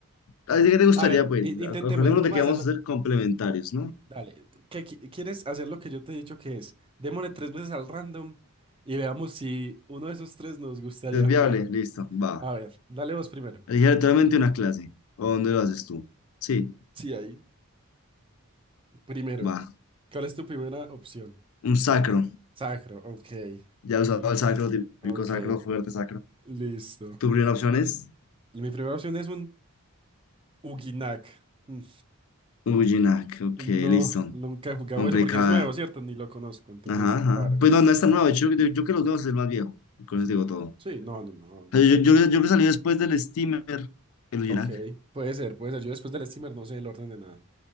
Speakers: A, on the left; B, on the right.
A: a ver, ¿Qué te gustaría,
B: A ver,
A: pues?
B: i-
A: Ac-
B: intentemos,
A: Acordémonos
B: intentemos
A: de que
B: hacerlo.
A: vamos a hacer complementarios, ¿no?
B: Dale, ¿qué, qui- quieres hacer lo que yo te he dicho que es? Démosle tres veces al random y veamos si uno de esos tres nos gustaría
A: ¿Es viable?
B: jugar.
A: Listo, va.
B: A ver, dale vos primero.
A: Elige aleatoriamente una clase. ¿O dónde lo haces tú? Sí,
B: Sí, ahí. Primero.
A: va.
B: ¿Cuál es tu primera opción?
A: Un sacro.
B: Sacro, ok.
A: Ya he usado
B: Listo.
A: el sacro, típico
B: Ok,
A: sacro, fuerte sacro.
B: listo.
A: ¿Tu primera opción es?
B: Mi primera opción es un Uginak. Mm,
A: Ujinak, ok,
B: No,
A: listo.
B: nunca he jugado
A: Complicada.
B: eso porque es nuevo, ¿cierto? Ni lo conozco, entonces,
A: Ajá, ajá.
B: claro.
A: Pues no, no es tan nuevo. De hecho, yo, yo que los nuevos es el más viejo. Con eso digo todo.
B: Sí, no, no, no, no
A: O sea, yo, yo, yo que salí después del Steamer, el Ujinac.
B: Ok, puede ser, puede ser. Yo después del streamer no sé el orden de nada.